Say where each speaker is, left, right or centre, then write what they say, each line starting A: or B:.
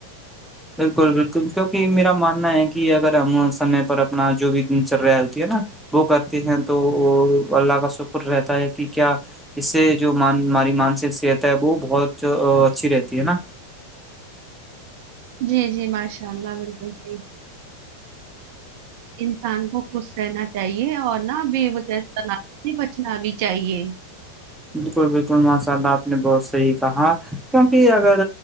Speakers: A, in the centre; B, on the right (about 45°).
A: بالکل بالکل کیونکہ میرا ماننا ہے کہ اگر ہم سمے پر اپنا جو بھی دن چل رہا ہےتی ہے نا وہ کرتے ہیں تو وہ اللہ کا شکر رہتا ہے کہ کیا اس سے جو ہماری مانسک صحت ہے وہ بہت اچھی رہتی ہے نا
B: جی جی ماشاء اللہ بالکل صحیح انسان کو خوش رہنا چاہیے اور نہ ب وہ جی سے بچنا بھی چاہیے
A: بالکل بالکل ماشاء اللہ آپ نے بہت صحیح کہا کیکہ اگر